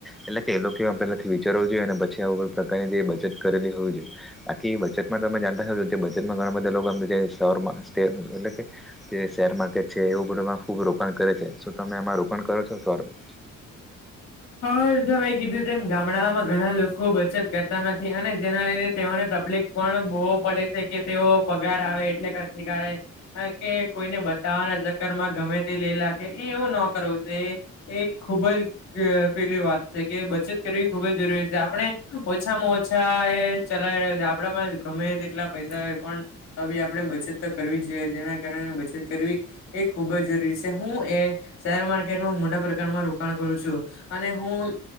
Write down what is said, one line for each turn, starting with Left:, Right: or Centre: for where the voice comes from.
Centre: એટલે કે એ લોકો પહેલાથી વિચારવું જોઈએ અને પીછી આવુ બધી પ્રકારની જે બચત કરેલી હોવી જોઈએ. બાકી બચતમાં તમે જાણતો બેટમાં ઘણા બધા લોકો સર એટલે કે જે શેર માર્કેટ છે એવું બધુંમાં ખૂબ રોકાણ કરે છે શું તમે આમાં રોકાણ કરો છો સોરું? <inaudible>
Left: હા સા કીધું એમ ગામડામાં ઘણા લોકો બચત કરતા નથી અને જેના લીધે તેઓને તપ્લિક પણ બો પડે છે કે તેઓ પગાર આવે એટલે ખછી કાડે કે કોઈને બધ તાવાના ચક્કર માં ગમે તે લેલા ગે એવું ન કરવું એ ખુબ જ પેલી વાત છે કે બચત કરવી ખુબ જ જરૂરી છે આપણે ઓછામાં ઓછા એ ચલાવી આપડા પાસ ગમે તેટલા પૈસા હોય પણ તો ભી આપણે બચત તો કરવી જ જોઈએ જેના કારણે વી એ ખુબ જ જરૂરી છે હું એ શેર માર્કેટમાં મોટા પ્રકારમાં રોકાણ કરું છું. અને હું